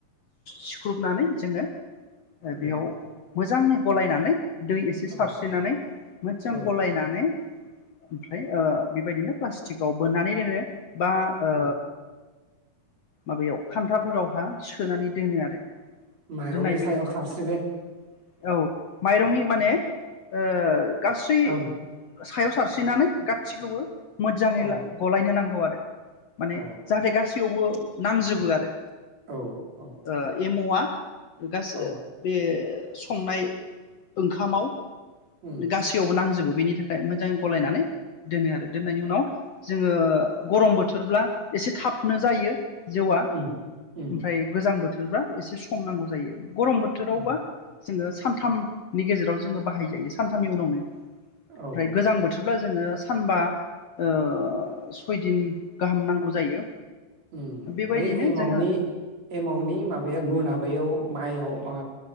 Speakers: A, on the left; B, on the right.
A: सिख्रुबनानै जोङो ओ
B: उम
A: बेयाव मोजाङै गलायनानै दै एसे
B: औ
A: सारस्रिनानै मोजां
B: औ
A: गलायनानै ओमफ्राय ओ बेबायदिनो प्लास्टिकआव बोननानै दोनो बा ओ
B: उम
A: माबायाव खान्थाफोरावहा सोनानै दोनो आरो
B: माइरंनि
A: दोननायनि
B: सायाव
A: उनाव
B: साबस
A: औ माइरंनि माने ओ गासै
B: औ
A: सायाव सारस्रिनानै गासैखौबो मोजाङै
B: औ
A: गलायनो नांगौ आरो <unintelligible> माने
B: अ
A: जाहाथे गास थेवबो नांजोबो आरो
B: औ औ
A: ओ एम मवा गास
B: औ
A: ओ ओ संनाय ओंखामाव
B: उम
A: गासैयावबो नांजोबो बेनि थाखाय मोजाङै गलायनानै दोनो आरो दोननायनि उनाव जोङो गरम बोथोरब्ला एसे थाबनो जायो जौआ
B: उम उम
A: ओमफ्राय गोजां बोथो थोरब्ला एसे सम नांगौ जायो गरम थोरावबा
B: औ
A: जोङो सानथाम नि गेजेराव जोङो बाहाय जायो सानथामनि उनावनो ओमफ्राय
B: औ
A: गोजां बोथोर ब्ला जोङो सानबा ओ सयदिन गाहाम नांगौ जायो
B: उम
A: बेबायदिनो
B: बै एमावनि
A: जोङो
B: एमावनि माबाया गुना बैयाव माइ अ मा